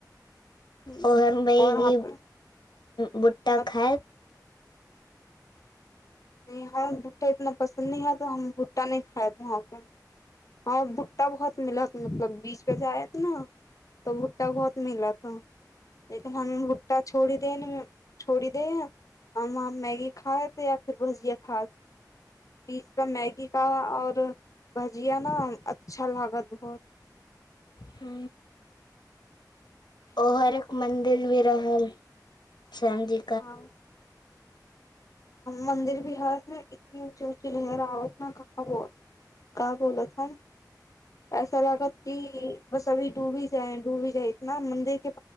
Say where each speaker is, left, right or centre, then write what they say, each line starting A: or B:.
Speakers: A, on the left; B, on the left.
A: हम्म,
B: ओ हम बह
A: और वहाँ
B: कि
A: पे
B: भुट्टा
A: मत
B: खात।
A: नहि हम भुट्टा इतना पसन्द, नहि हम भुट्टा नहि खाये वहाँ पर। हँ, बुट्टा बहुत मिलत मतलब बीचपे जायत ने त भुट्टा बहुत मिल लेकिन हमे भुट्टा छोड़ी देन छोड़ी दे है हम मैगी खा हेतै फर भजिया खाद पीज कऽ मैगी का आऔर भजिया ने अच्छा लागत बहुत।
B: हू। ओ हरेक मंदिर भी रहल सजी
A: हँ। मंन्दिर बिहारमे इतनी ऊँची ऊँची लै रावत ने कहाँ बहुत बोलत ह। ऐसा लागत कि बस अभी डूबी जाए डूबी जाए इतना मन्दिर के